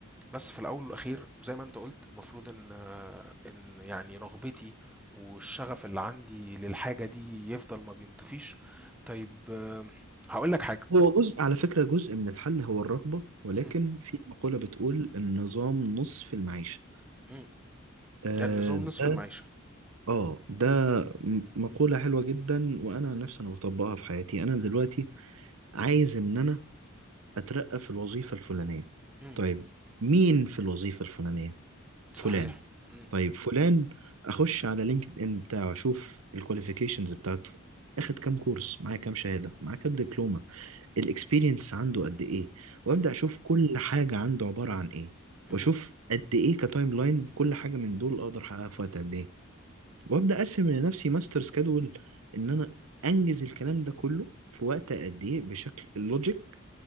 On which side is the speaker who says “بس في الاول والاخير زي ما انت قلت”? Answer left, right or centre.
Centre